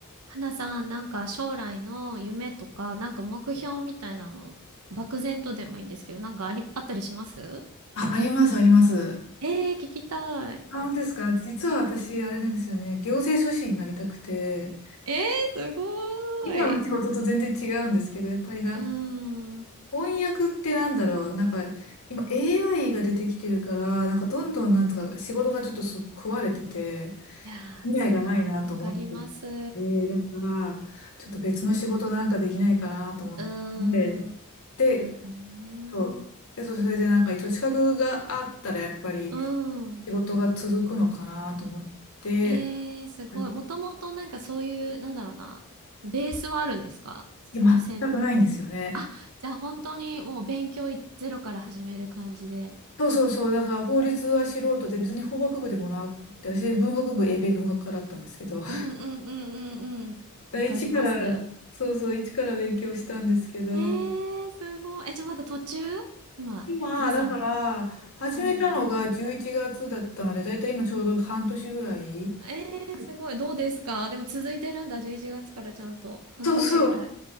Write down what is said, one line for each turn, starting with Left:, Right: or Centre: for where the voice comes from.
Right: 花さん、なんか将来の夢とか、なんか目標みたいなの、漠然とでもいいんですけど、なんかあり、あったりします
Left: あ、あります、あります。
Right: ええー、聞きたい。
Left: あ、本当ですか実は私、あれなんですよね。行政書士になりたくて、
Right: ええー、すご
Left: 今の仕事と全然違うんですけど、
Right: ーい。
Left: やっぱりな、
Right: うーん。
Left: 翻訳ってなんだろう。なんか、今 AI が出てきてるから、なんかどんどんなんとか仕事がちょっとす食われてて、
Right: いやー、
Left: 未来がないなと思っていて、
Right: すごい、わかります。う
Left: だから、ちょっと別の仕事なんかできないかなと思って、
Right: ーん。
Left: で、
Right: なんかね。
Left: そう。で、そうそれでなんか一応資格があったらやっぱり
Right: うん。
Left: 仕事が続くのかなと思って、
Right: ええー、すごい。
Left: い
Right: もともとなんかそういう、なんだろうな、ベースはあるんですかその専門。
Left: や、全くないんですよね。
Right: あ、じゃあ本当にもう勉強いゼロから始める感じで。
Left: そうそうそう、だから法律は素人で、別に法学部でもなくて、私文学部、英米文学科だったんですけど、
Right: うんうんうんうんうん。
Left: <laughs>
Right: わかります。
Left: 一から、そうそう、一から勉強したんですけど、
Right: えー、すごい。え、じゃあまだ途中今、
Left: 今、
Right: まさに。
Left: だから、始めたのが11月だったので、
Right: うん。
Left: だいたい今ちょうど半年ぐらい。
Right: えー、すごい。どうですかでも続いてるんだ。11月からちゃんと。半年ぐらい。
Left: そうそう、